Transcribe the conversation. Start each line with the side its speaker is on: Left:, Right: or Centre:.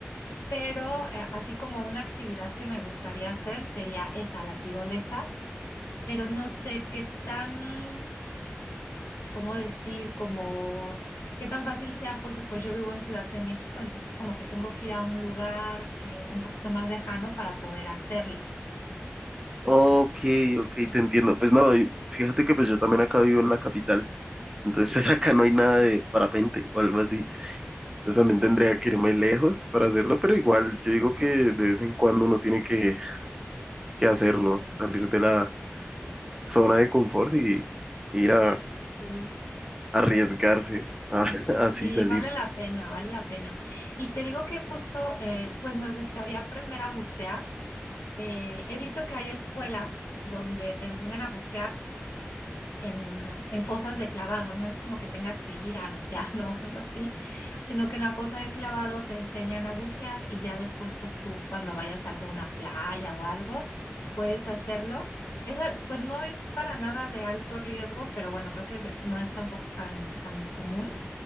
Left: pero eh, así como una actividad que me gustaría hacer sería esa, la tirolesa, pero no sé qué tan, cómo decir, como qué tan fácil sea porque pues yo vivo en Ciudad de México, entonces como que tengo que ir a un lugar eh, un poquito más lejano para poder hacerla.
Right: Ok, ok, te entiendo. Pues no, y fíjate que pues yo también acá vivo en la capital, entonces pues <laughs> acá no hay nada de parapente o algo así. Entonces también tendría que irme lejos para hacerlo, pero igual yo digo que de vez en cuando uno tiene que que hacerlo, salir de la zona de confort y ir a
Left: Sí.
Right: arriesgarse, a, <laughs> así
Left: Y
Right: salir.
Left: vale la pena, vale la pena. Y te digo que justo, eh, pues me gustaría aprender a bucear. Eh, he visto que hay escuelas donde te enseñan a bucear en, en fosas de clavado, no es como que tengas que ir al océano <laughs> o algo así, sino que en la fosa de clavado te enseñan a bucear y ya después, pues tú cuando vayas a alguna playa o algo, puedes hacerlo. Esa, pues no es para nada de alto riesgo, pero bueno, creo que no es tampoco tan, tan común.